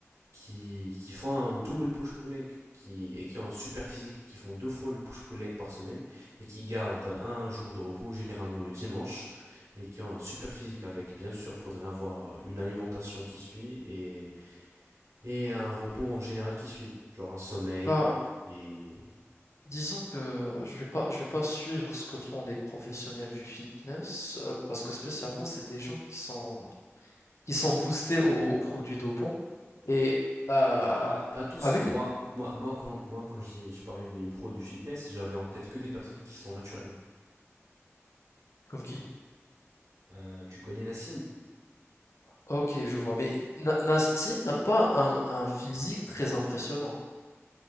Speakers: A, on the right (about 85°); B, on the left (about 70°).
A: qui, qui font un double push-pull leg qui, et qui ont un super physique, qui font deux fois le push-pull leg par semaine et qui gardent un jour de repos, généralement le dimanche, et qui ont un super physique avec. Bien sûr, faudrait avoir une alimentation qui suit et, et un repos en général qui suit, genre un sommeil
B: bah,
A: et...
B: disons que je vais pas je vais pas suivre ce que font les professionnels du fitness euh, parce que spécialement, c'est des gens qui sont qui sont boostés aux, aux produits dopants et euh,
A: Ah, pas tous.
B: avec les-
A: Moi, moi, moi, quand, moi, quand j'ai- je parlais des pros du fitness, j'avais en tête que des personnes qui sont naturelles.
B: comme qui?
A: Euh, tu connais Nassim
B: Ok, je vois. Mais Na- Nassim n'a pas un, un physique très impressionnant